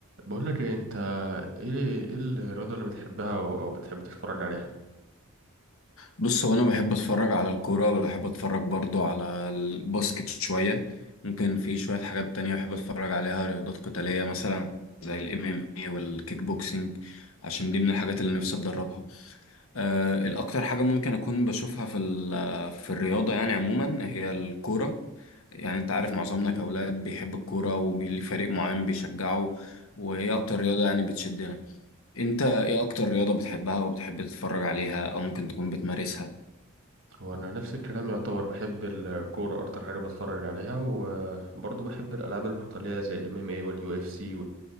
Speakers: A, on the right; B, on the left.
A: بقول لك ايه انت ايه ايه الرياضه اللي بتحبها او, أو بتحب تتفرج عليها
B: بص هو انا بحب اتفرج على الكوره بحب اتفرج برضو على الباسكت شويه ممكن في شويه حاجات تانية بحب اتفرج عليها رياضات قتاليه مثلا زي الام ام اي والكيك بوكسينج عشان دي من الحاجات اللي نفسي اتدربها أه الاكتر حاجه ممكن اكون بشوفها في ال- في الرياضه يعني عموما هي الكوره يعني انت عارف معظمنا كاولاد بيحب الكوره وليه فريق معين بيشجعه وهي اكتر رياضه يعني بتشدنا انت ايه اكتر رياضه بتحبها او بتحب تتفرج عليها او ممكن تكون بتمارسها
A: هو انا نفس الكلام يعتبر بحب الكوره اكتر حاجه بتفرج عليها وبرضه بحب الالعاب القتاليه زي الام ام اي واليو اف سي